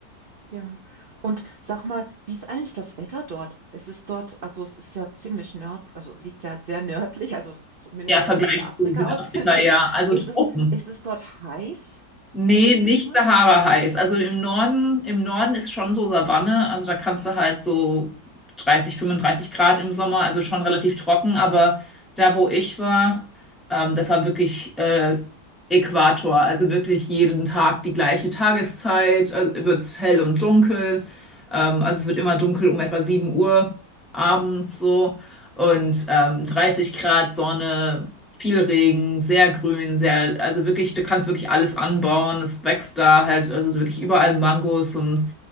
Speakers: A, on the right; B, in the centre.
A: ja. Und sag mal, wie ist eigentlich das Wetter dort? Es ist dort, also es ist ja ziemlich nörd, also liegt ja sehr nördlich, also zumindest
B: Der Vergleich
A: von Südafrika
B: zu Südafrika,
A: aus <laughs> gesehen.
B: ja, also
A: Ist
B: Tropen.
A: es, ist es dort heiß?
B: Nee,
A: Tropenklima?
B: nicht Sahara-heiß. Also im Norden, im Norden ist schon so Savanne. Also da kannst du halt so 30, 35 Grad im Sommer, also schon relativ trocken. Aber da, wo ich war, ähm, das war wirklich äh, Äquator. Also wirklich jeden Tag die gleiche Tageszeit. Also wird's hell und dunkel. Ähm, also es wird immer dunkel um etwa 7 Uhr abends so. Und ähm, 30 Grad Sonne viel Regen, sehr grün, sehr, also wirklich, du kannst wirklich alles anbauen. Es wächst da halt, also wirklich überall Mangos und